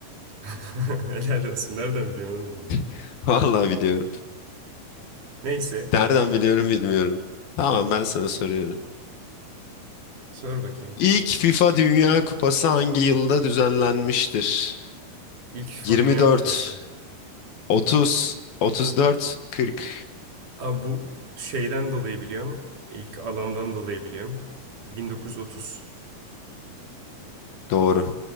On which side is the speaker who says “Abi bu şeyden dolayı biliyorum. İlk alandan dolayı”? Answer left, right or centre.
Right